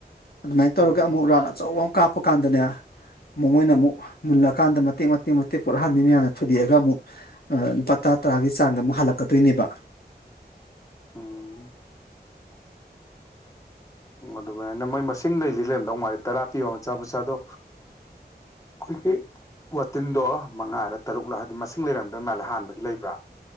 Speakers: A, on the left; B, on the left.
A: ꯑꯗꯨꯃꯥꯏꯅ ꯇꯧꯔꯒ
B: ꯎꯝ
A: ꯑꯃꯨꯛ ꯔꯥꯎꯟ ꯑꯆꯧꯕ ꯑꯃ ꯀꯥꯞꯄ ꯀꯥꯟꯗꯅꯦ ꯃꯣꯏꯅ ꯑꯃꯨꯛ ꯃꯨꯜꯂꯀꯥꯟꯗ ꯃꯇꯦꯛ ꯃꯇꯦꯛ ꯃꯇꯦꯛ ꯄꯣꯠꯍꯥꯟꯕꯤ ꯃꯌꯥꯝꯅ ꯊꯨꯗꯦꯛꯑꯒ ꯑꯃꯨꯛ ꯂꯨꯄꯥ ꯇꯔꯥ ꯇꯔꯥꯒꯤ ꯆꯥꯡꯗ ꯑꯃꯨꯛ ꯍꯜꯂꯛꯀꯗꯣꯏꯅꯦꯕ
B: ꯎꯝ ꯎ ꯑꯗꯨꯃꯥꯏꯅ ꯃꯣꯏ ꯃꯁꯤꯡ ꯂꯩꯗꯤ ꯂꯩꯔꯝꯗꯧ ꯃꯥꯜꯂꯤ ꯇꯔꯥ ꯄꯤꯕꯣ ꯃꯆꯥ ꯃꯆꯥꯗꯣ ꯑꯩꯈꯣꯏꯒꯤ ꯋꯥꯇꯤꯟꯗꯣ ꯃꯉꯥꯔ ꯇꯔꯨꯛꯂ ꯑꯗꯤ ꯃꯁꯤꯡ ꯂꯩꯔꯝꯗꯣꯏ ꯃꯥꯜꯂꯦ ꯍꯥꯟꯕꯒꯤ ꯂꯩꯕ꯭ꯔꯥ